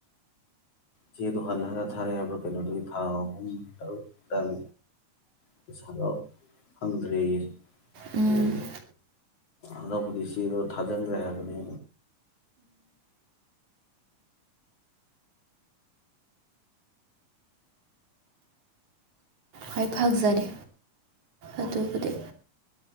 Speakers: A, on the left; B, on the right.
A: ꯆꯦꯗꯣ ꯍꯜꯂ ꯍꯜꯂ ꯊꯥꯔꯛꯑꯦ ꯍꯥꯏꯕ꯭ꯔꯥ ꯀꯩꯅꯣꯗꯨꯒꯤ ꯊꯥ ꯑꯍꯨꯝ ꯇꯔꯨꯛ ꯇꯥꯡ ꯄꯩꯁꯥꯗꯣ ꯐꯪꯗ꯭ꯔꯦꯌꯦ
B: ꯎꯝ
A: ꯑꯗꯨꯒꯤ ꯑꯅꯧꯕꯗꯤ ꯆꯦꯗꯣ ꯊꯥꯖꯤꯟꯈ꯭ꯔꯦ ꯍꯥꯏꯕꯅꯦ
B: ꯍꯥꯏꯐꯥꯛꯖꯔꯤ ꯑꯗꯨꯕꯨꯗꯤ